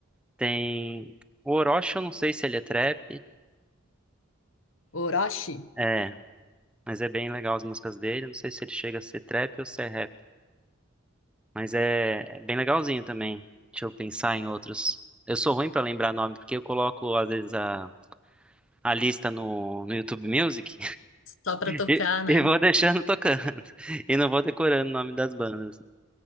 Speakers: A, in the centre; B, on the left (about 70°).
A: Tem o Orochi, eu não sei se ele é trap.
B: Orochi,
A: É, mas é bem legal as músicas dele. Não sei se ele chega a ser trap ou se é rap. Mas é, é bem legalzinho também. Deixa eu pensar em outros. Eu sou ruim pra lembrar nome, porque eu coloco, às vezes, a, a lista no, no YouTube Music.
B: só pra tocar,
A: E,
B: né?
A: e vou deixando tocando. <laughs> E não vou decorando o nome das bandas.